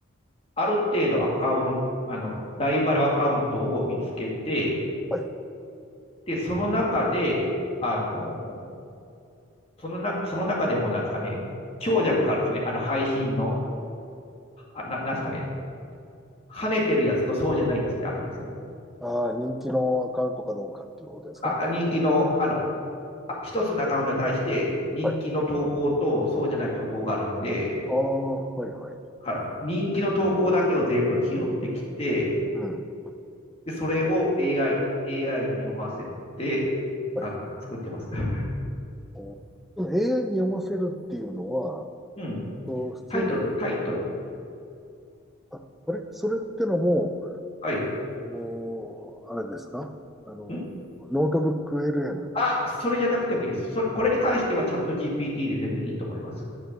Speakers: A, on the left; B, in the centre.
A: ある程度アカウント、あの、ライバルアカウントを見つけて、
B: はい。
A: で、その中で、あの、そのな、その中でもなんですかね、強弱があるんですね。あの、配信の、あななんですかね、跳ねてるやつとそうじゃないやつってあるんですよ。
B: ああ、人気のアカウントかどうかっていうことですか
A: あ、人気の、あの、あ一つのアカウントに対して人気の投稿とそうじゃない投稿があるんで、
B: はい。ああ、はい、はい。
A: あ人気の投稿だけを全部拾ってきて、
B: うん。
A: で、それを AI、AI に読ませて、
B: はい。
A: あの、作ってます。<laughs>
B: お、その AI に読ませるっていうのは、
A: うん。
B: お普通の、
A: タイトル、
B: もう
A: タイトルを。
B: あ、あれそれってのも、
A: はい。
B: もう、あれですかあの、
A: ん
B: ノートブック LM って、
A: あ、それじゃなくてもいいです。それ、これに関してはチャット GPT で全然いいと思います。